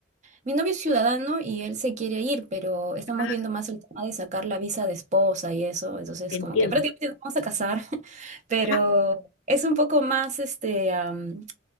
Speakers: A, on the right; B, on the left.
A: mi novio es ciudadano y él se quiere ir, pero estamos
B: Ah,
A: viendo más el tema de sacar la visa de esposa y eso, entonces
B: te
A: como
B: entiendo.
A: que prácticamente nos vamos a casar, <laughs> pero
B: Ah,
A: es un poco más este, am,